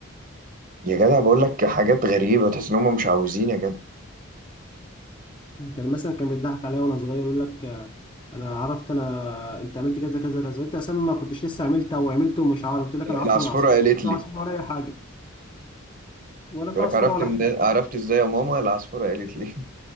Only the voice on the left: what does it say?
كان مثلا كان بيضحك عليا وانا صغير يقول لك آه، انا عرفت انا انت عملت كذا كذا كذا انت اساسا ما كنتش لسه عملتها وعملته ومش عارف قلت لك
انا عرفت
من عصفوره
انت
عصفوره ولا اي حاجه ولا في
عصفوره
ولا
حاجه